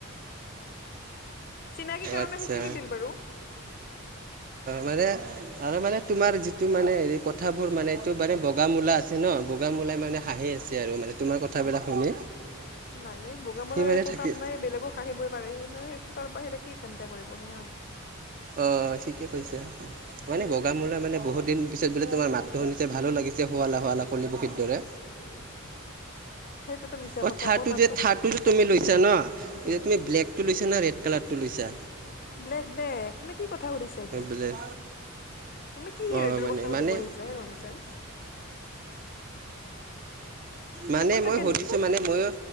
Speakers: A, on the left; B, on the right.
A: চিনাকি কাৰণে
B: আচ্ছা
A: সেইখিনি দিল বাৰু
B: মানে', আৰু মানে তোমাৰ যিটো মানে হে কথাবোৰ মানে এইটো বানে বগা মূলা আছে ন বগা মূলাই মানে হাঁহি আছে। আছে আৰু মানে তোমাৰ কথা বিলাক শুনি
A: নাই নাই বগা মালাৰ
B: সি মানে
A: একো
B: থাকি
A: কাম নাই বেলেগো আহিবই পাৰে সেই নহয় তাৰ বাহিৰে কি ঘণ্টা কৰিব। সি হয়।
B: অ ঠিকে কৈছা মানে
A: উম
B: বগা মলা মানে বহুত দিন পিছে বোলে তোমাৰ মাতটো শুনিছে ভালো লাগিছে, শুৱালা শুৱালা কুলি পখিৰ দৰে।
A: সেইটোতো মিছা
B: অ
A: কথা
B: থাৰটো
A: মোৰ মাতটো
B: যে থাৰটো যে তুমি লৈছা ন তুমি ব্লেকটো লৈছা না ৰেড কালাৰটো লৈছা?
A: ব্লেক-ব্লেক, তুমি কি কথা সুধিছা এইটো?
B: ব্লেক
A: তুমি কি
B: অ
A: এইবোৰ
B: মানে
A: কথা
B: মানে
A: পাতিব আহিছা হে নন চেন্স। সেনেকুৱা
B: মানে
A: থাকে
B: মই সুধিছোঁ
A: নেকি?
B: মানে মইও